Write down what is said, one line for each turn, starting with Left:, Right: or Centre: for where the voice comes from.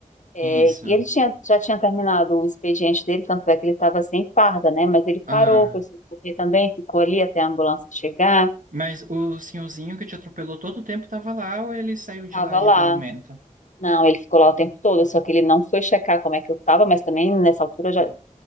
Left: é,
Right: isso.
Left: e ele tinha, já tinha terminado o expediente dele, tanto é que ele estava sem farda, né? Mas ele
Right: Ah,
Left: parou, foi socorrer também, ficou ali até a ambulância chegar.
Right: mas o senhorzinho que te atropelou todo o tempo tava lá ou ele saiu de
Left: Estava
Right: lá em
Left: lá.
Right: algum momento?
Left: Não, ele ficou lá o tempo todo, só que ele não foi checar como é que eu tava, mas também nessa altura já,